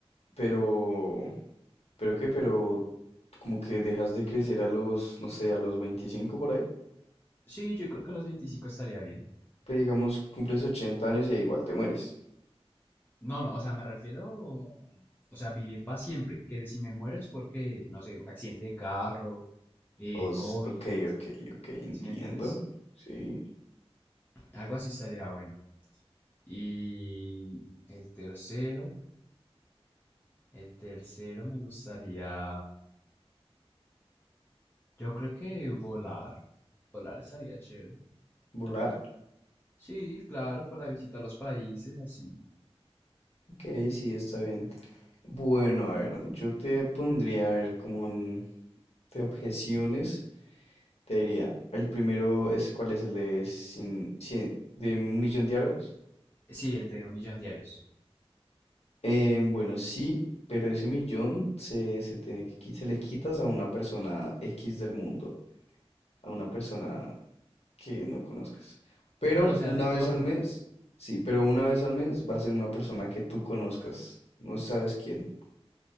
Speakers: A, on the left; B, on the left.
A: pero, pero qué, pero como que dejas de crecer a los, no sé, a los 25 por ahí.
B: Sí, yo creo que a los veinticinco estaría bien.
A: Pero digamos, cumples 80 años y igual te mueres.
B: No, no, o sea, me refiero, o sea, vivir para siempre. Que si me muero es porque, no sé, accidente de carro, eh,
A: Os,
B: COVID,
A: ok, ok, ok, entiendo.
B: ¿sí me entiendes?
A: Sí,
B: Algo así estaría bueno. Y el tercero, el tercero me gustaría Yo creo que volar, volar estaría chévere.
A: volar.
B: Sí, claro, para visitar los países, así.
A: Ok, sí, está bien. Bueno, a ver, yo te pondría, a ver, como en- de objeciones. Te diría, el primero es, ¿cuál es el de, cien- cien- de un millón diarios?
B: Sí, el de un millón diarios.
A: Em, bueno, sí, pero ese millón se, se tiene que, qui- se le quitas a una persona X del mundo, a una persona que no conozcas. Pero
B: Pero, o sea,
A: una
B: de todo
A: vez
B: el
A: al
B: mundo.
A: mes, sí, pero una vez al mes va a ser una persona que tú conozcas, no sabes quién,